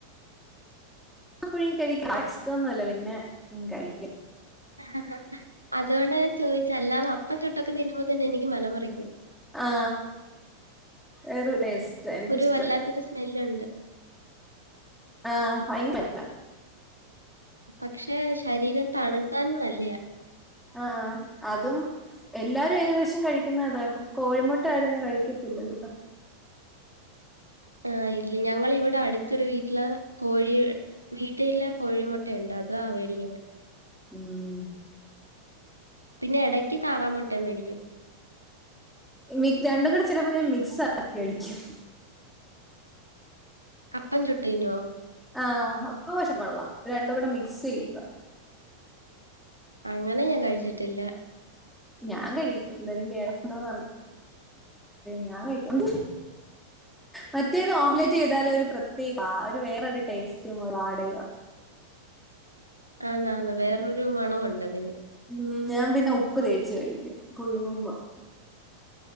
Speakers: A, in the centre; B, on the right.
A: ആ പുഴുങ്ങി കഴിക്കും ഇഷ്ടൊന്നുമല്ല പിന്നെ കഴിക്കും
B: ഹഹ അതുകൊണ്ട് ഞാൻ ചോദിച്ച അല്ലാതെ അപ്പം ചുട്ടൊക്കെ തിരുമ്പോ തന്നെ എനിക്ക് മനം മറിക്കും
A: ആ വേറൊരു ടേസ്റ്റാ. എനിക്കിഷ്ടല്ല.
B: ഒരു വല്ലാത്തൊരു സ്മെല്ലുണ്ട്.
A: ആഹ് ഭയ് അല്ല
B: പക്ഷെ ശരീരം തണുക്കാനും നല്ലയ
A: ആ അതും എല്ലാരും ഏകദേശം കഴിക്കുന്ന അതാണ് കോഴിമുട്ട ആരും അങ്ങനെ കഴിക്കത്തില്ല വെളുപ്പ
B: <inaudible> മ്മ് ഞങ്ങൾ ഇവിടെ അടുത്തൊരു വീട്ടില് കോഴി വീട്ടില് കോഴിമുട്ടുണ്ട് അതാ ആ വിയവ്
A: ഉം
B: പിന്നെ ഇടയ്ക്ക് താറാമുട്ടാ മേടിക്കും
A: മിക് രണ്ടും കൂടെ ചിലപ്പോ ഞാൻ മിക്സ് ആക്കി അടിക്കും
B: അപ്പം ചുട്ട് തിന്നുവോ?
A: ആഹ അപ്പ വിശപ്പ് ഉളള രണ്ട് കൂടെ മിക്സ് ചെയ്യുമ്പ
B: അങ്ങനെ ഞാൻ കഴിച്ചിട്ടില്ല
A: ഞാൻ കഴിക്കും അന്നരം കേട് ഉണ്ടോന്ന് അറിഞ്ഞയാം ഞാൻ കഴിക്ക മറ്റേത് ഓംലറ്റ് ചെയ്താല ഒരു പ്രത്യേക വേറരു ടേസ്റ്റും വാടുക
B: ആന്ന ന്ന വേറൊരു മണുണ്ട് അതിന്
A: ഉം, ഞാൻ പിന്നെ ഉപ്പ് തേച്ച് കഴിക്കും പുഴുങ്ങുമ്പം